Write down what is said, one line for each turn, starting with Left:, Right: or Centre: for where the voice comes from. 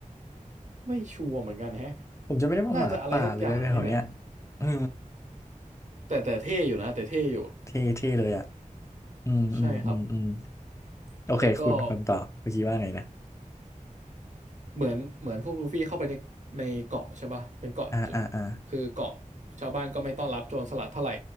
Right: ไม่ชัวร์เหมือนกันแฮะ
Left: ผมจะไม่ได้ว่าหมาป่าหรืออะไรแถวเนี้ย
Right: น่าจะอะไรสักอย่างนี่แหละ
Left: เออ
Right: แต่แต่เท่อยู่นะแต่เท่อยู่
Left: เท่เท่เลยอ่ะอืมอืมอืมอืม
Right: ใช่ครับ
Left: โอเคคุณคุณต่อเมื่อกี้ว่าไงนะ
Right: แล้วก็ เหมือนเหมือนพวกลูฟี่เข้าไปในในเกาะใช่ป่ะเป็นเกาะจุด
Left: อ่าอ่าอ่า
Right: คือเกาะชาวบ้านก็ไม่ต้อนรับโจรสลัดเท่าไหร่